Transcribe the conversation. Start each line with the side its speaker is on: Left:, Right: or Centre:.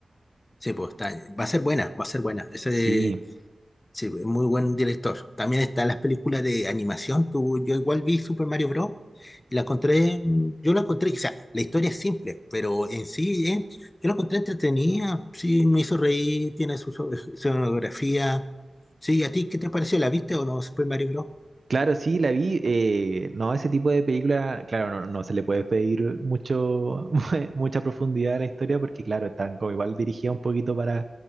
Left: Sí, pues está, va a ser buena, va a ser buena. Ese,
Right: Sí.
Left: Sí, es muy buen director. También están las películas de animación. Tú, yo igual vi Super Mario Bros. y la encontré, mm, yo la encontré, o sea, la historia es simple, pero en sí, eh, yo la encontré entretenida. Sí, me hizo reír, tiene su so- eh, escenografía. Sí, ¿a ti qué te pareció? ¿La viste o no, Super Mario Bros.?
Right: Claro, sí, la vi. eh, no, ese tipo de película, claro, no, no se le puede pedir mucho, <laughs> mucha profundidad a la historia porque, claro, están como igual dirigida un poquito para,